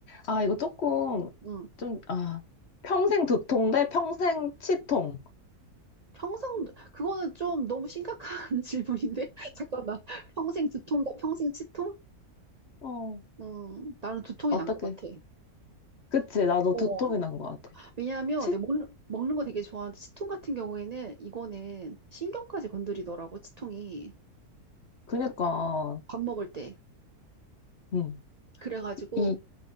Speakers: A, on the left; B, on the right.
A: 아, 이거 조금,
B: 응.
A: 좀, 아, 평생 두통 대 평생 치통.
B: 평생, 그거는 좀 너무 심각한 <laughs> 질문인데? <laughs> 잠깐만. 평생 두통과 평생 치통?
A: 어,
B: 음, 나는 두통이
A: 어떻게.
B: 난 것 같아.
A: 그치, 나도
B: 어,
A: 두통이 난 것 같아.
B: 왜냐하면
A: 치,
B: 내가 먹는, 먹는 거 되게 좋아하는데 치통 같은 경우에는 이거는 신경까지 건드리더라고 치통이
A: 그니까,
B: 밥 먹을 때
A: 응,
B: 그래가지고
A: 이,